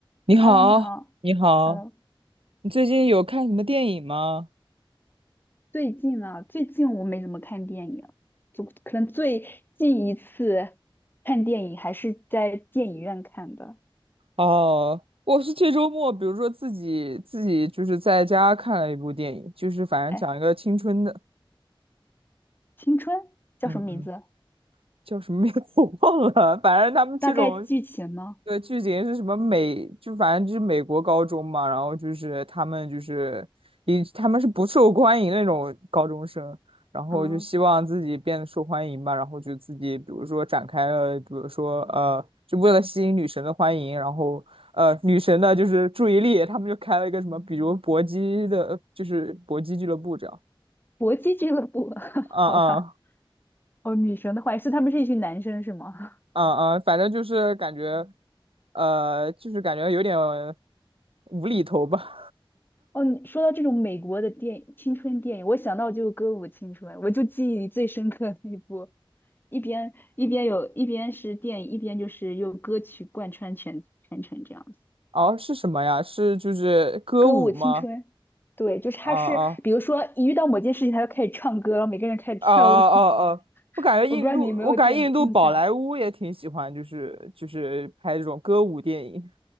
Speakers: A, on the right; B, on the left.
A: 你好，
B: Hello，你好。
A: 你好，
B: Hello，
A: 你最近有看什么电影吗？
B: 最近啊，最近我没怎么看电影，就可能最近一次看电影还是在电影院看的。
A: 哦，我是这周末，比如说自己自己就是在家看了一部电影，就是反正讲一个青春的，
B: 哎，青春叫什么名字？
A: 嗯嗯，叫什么名字 <laughs> 我忘了，反正他们这种
B: 大概剧情呢？
A: 对，剧情是什么美，就反正就是美国高中嘛，然后就是他们就是以他们是不受欢迎那种高中生，然后就希望自己变得受欢迎吧，
B: 嗯，
A: 然后就自己比如说展开了，比如说呃，就为了吸引女神的欢迎，然后呃女神的就是注意力，他们就开了一个什么，比如搏击的，就是搏击俱乐部这样，
B: 搏击俱乐部，<laughs>
A: 啊啊
B: 好吧。哦，女神的话是他们是一群男生是吗？<laughs>
A: 啊啊，反正就是感觉，呃，就是感觉有点无厘头吧。
B: 哦，你说到这种美国的电青春电影，我想到就《歌舞青春》，我就记忆里最深刻的一部，一边一边有一边是电影，一边就是用歌曲贯穿全全程这样子。
A: 哦，是什么呀？是就是歌舞吗？
B: 歌舞青春，对，就是他是比如说一遇到某件事情，
A: 啊啊
B: 他就开始唱歌，然后每个人开始跳舞。
A: 啊啊啊！
B: <laughs>
A: 我感觉印度，
B: 我不知道你有没有见过印象，
A: 我感觉印度宝莱坞也挺喜欢，就是就是拍这种歌舞电影。